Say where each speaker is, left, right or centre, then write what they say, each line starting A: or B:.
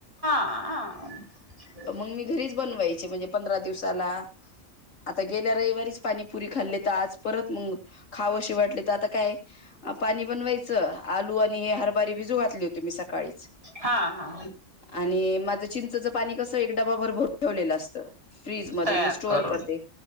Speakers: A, on the right (about 25°); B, on the left (about 75°).
A: हा
B: तर मम्मी घरीच बनवायचे म्हणजे पंधरा दिवसाला. आता गेल्या रविवारीच पाणीपुरी खाल्ली तर आज परत खावशी वाटली आता काय पाणी बनवायचं आलू आणि हे हरभारी भिजू घातली होती मी सकाळीच.
A: हा हा.
B: आणि माझं चिंचचं पाणी कसं एक डबा भर भरून ठेवलेलं असतं. फ्रीज मध्ये
A: तयार
B: मी स्टोअर
A: करून
B: करते